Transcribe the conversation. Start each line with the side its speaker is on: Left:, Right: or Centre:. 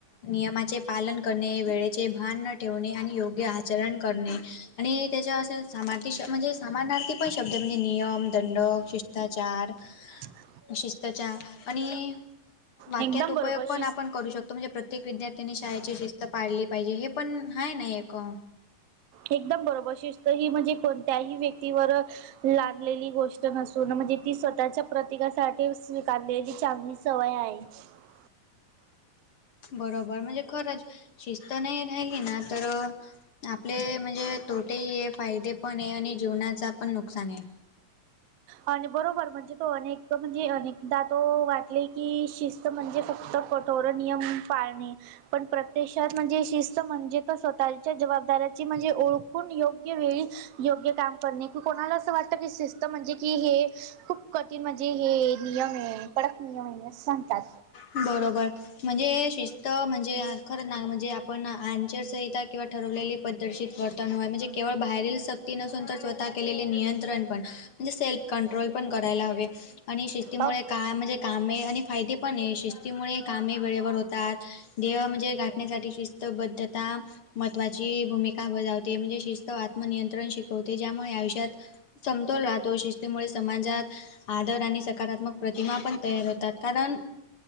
Left: नियमाचे पालन करणे वेळेचे भान न ठेवणे आणि योग्य आचरण करणे. आणि त्याच्या असे सामार्थी म्हणजे सामानार्थी पण शब्द म्हणजे नियम दंडक शिष्टाचार.
Right: ह <unintelligible>
Left: शिस्तच्या आणि वाक्यात
Right: एकदम
Left: उपयोग
Right: बरोबर
Left: पण
Right: शिस्
Left: आपण करू शकतो म्हणजे प्रत्य प्रत्येक विद्यार्थ्यांनी शाळेची शिस्त पाळली पाहिजे हे पण आहे नाही आहे का.
Right: एकदम बरोबर शिस्त ही म्हणजे कोणत्याही व्यक्तीवर लादलेली गोष्ट नसून म्हणजे ती स्वतःच्या प्रतीकासाठी स्वीकारलेली चांगली सवय आहे. ह
Left: बरोबर म्हणजे खरंच शिस्त नाही राहिली ना तर आपले म्हणजे तोटेही आहे फायदे पण आहे आणि जीवनाचा पण नुकसान आहे.
Right: आणि बरोबर म्हणजे तो अनेक म्हणजे अनेकदा तो वाटले की शिस् म्हणजे फक्त कठोर नियम पाळणे पण प्रत्यात म्हणजे शिस्त म्हणजे त स्वतःच्या जबाबदाऱाची म्हणजे ओळखून योग्य वेळी योग्य काम करणे क कोणाला असं वाटतं क शिस्तम म्हणजे कि हे खूप कधी म्हणजे हे नियम आहे कडक नियम आहे अस सांगतात.
Left: बरोबर म्हणजे शिस्त म्हणजे खरं ना म्हणजे पण आचरसंहिता किंवा ठरवलेली पद्धतीत वर्तन वय म्हणजे केवळ बाहेरील नसून तर स्वतः केलेले नियंत्रण पण. म्हणजे सेल्फ कंट्रोल पण करायला हवे आणि शिस्तीमुळे
Right: अ
Left: काय म्हणजे कामे आणि फायदे पण शिस्तीमुळे कामे वेळेवर होतात देह म्हणजे गाठण्यासाठी शिस्तबद्धता महत्त्वाची भूमिका बजावते म्हणजे शिस्त आत्मनियंत्रण शिकवते ज्यामुळे आयुष्यात समतोल राहतो शिस्तीमुळे समाजात आदर आणि सकारात्मक प्रतिमा पण तयार होतात कारण,